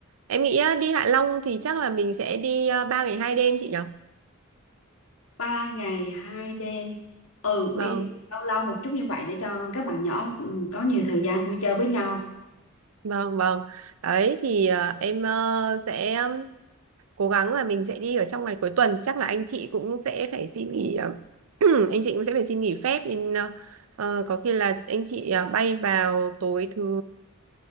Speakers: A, on the right; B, on the left.
A: em nghĩ á, đi Hạ Long thì chắc là mình sẽ đi uh, 3 ngày 2 đêm chị nhỉ?
B: ba ngày hai đêm ừ
A: Vâng,
B: đi lâu lâu một chút như vậy để cho các bạn nhỏ ừ, có nhiều thời gian vui chơi với nhau
A: vâng, vâng. Đấy thì ờ, em ờ, sẽ um, cố gắng là mình sẽ đi ở trong ngày cuối tuần, chắc là anh chị cũng sẽ phải xin nghỉ ờ, <clears throat> anh chị cũng sẽ phải xin nghỉ phép nên ờ, ờ, có khi là anh chị ờ, bay vào tối thứ